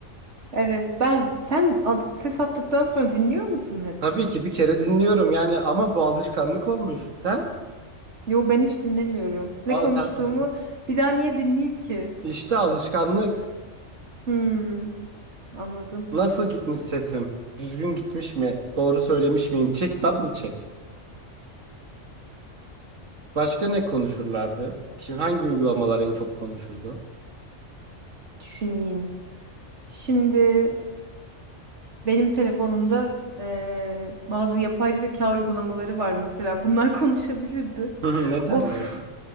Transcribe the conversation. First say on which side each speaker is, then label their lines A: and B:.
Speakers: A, on the right; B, on the right.
A: Evet ben sen ad- ses attıktan sonra dinliyor musun hep?
B: Tabii ki bir kere dinliyorum yani ama bu alışkanlık olmuş. Sen?
A: Yo ben hiç dinlemiyorum. Ne
B: Aa,
A: konuştuğumu
B: sen aha.
A: bir daha niye dinleyeyim ki?
B: İşte alışkanlık.
A: Hmm, anladım.
B: Nasıl gitmiş sesim? Düzgün gitmiş mi? Doğru söylemiş miyim? Check double check. Başka ne konuşurlardı? Kim hangi uygulamalar en çok konuşurdu?
A: Düşüneyim. Şimdi benim telefonumda eee, bazı yapay zeka uygulamaları var mesela. Bunlar <laughs> konuşabilirdi.
B: Hı hı, Ne derlerdi?
A: Of.